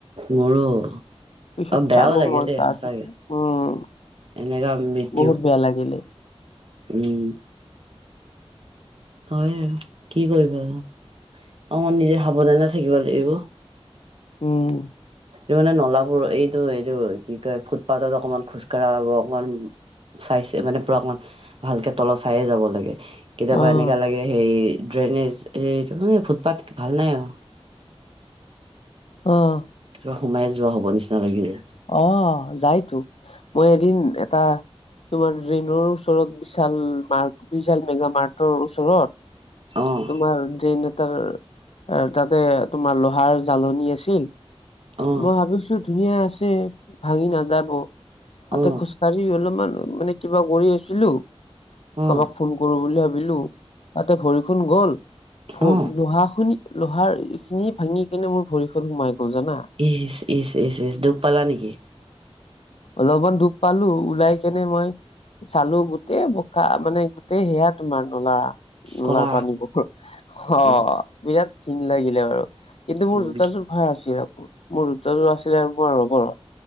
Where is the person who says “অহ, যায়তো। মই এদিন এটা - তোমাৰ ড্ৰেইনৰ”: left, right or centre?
Left